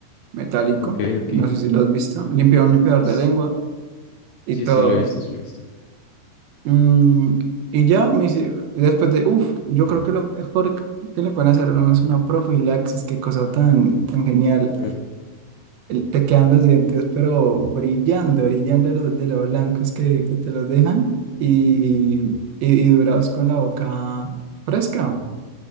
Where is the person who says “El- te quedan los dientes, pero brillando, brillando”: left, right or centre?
Right